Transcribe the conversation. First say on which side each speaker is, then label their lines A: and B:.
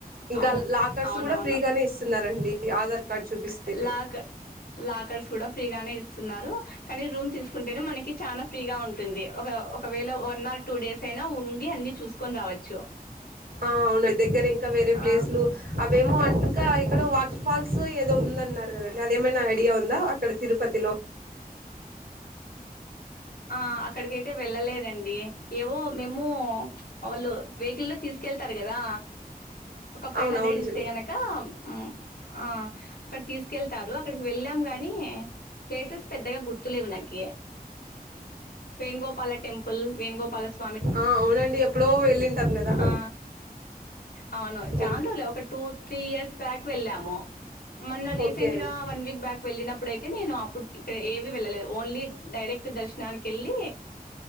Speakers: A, on the right (about 65°); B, on the left (about 70°).
A: ఇంకా
B: అవును
A: లాకర్స్
B: అవునవును
A: కూడా ఫ్రీగానే ఇస్తున్నారండి ఆధార్ కార్డ్ చూపిస్తే
B: లాక్ లాకర్స్ కూడా ఫ్రీగానే ఇస్తున్నారు. కానీ రూమ్ తీసుకుంటేనే మనకి చాన ఫ్రీగా ఉంటు ది ఒక ఒకవేళ వన్ ఆర్ టూ డేస్ అయినా ఉండి అన్ని చూసుకొని రావచ్చు.
A: ఆ అవున దగ్గర ఇంకా వేరే
B: ఆ
A: ప్లేసులు అవేమో ఇంకా ఇక్కడ వాటర్ ఫాల్స్ ఏదో ఉంది అన్నారు కదండి. అదేమైనా ఐడియా ఉందా అక్కడ తిరుపతిలో.
B: ఆ అక్కడికైతే వెళ్ళలేదండి ఏవో మేము వాళ్ళు వెహికల్లో తీసుకెళ్తారు కదా. ఒక ఫైవ్
A: అవును
B: హండ్రెడ్
A: అవును నిజమే
B: ఇస్తే గనక ము ఆ అక్కడ తీసుకెళ్తారు అక్కడికి వెళ్ళాం గాని ప్లేసెస్ పెద్దగా గుర్తులేవు నాకి వేణగోపాల టెంపుల్ వేణగోపాల సా
A: ఆ అవునండి ఎప్పుడో వెళ్ళింటాం కదా
B: ఆ అవును చానరోజులే
A: ఓ
B: ఒక టూ త్రీ ఇయర్స్ బ్యాక్ వెళ్ళాము మొన్న రీసెంట్
A: ఓకే అండి
B: గా వన్ వీక్ బ్యాక్ వెళ్ళినప్పుడయితే నేను అప్పుడు ఇక్కడ ఏవీ వెళ్ళలేదు ఓన్లీ డైరెక్ట్. దర్శనానికి వెళ్ళి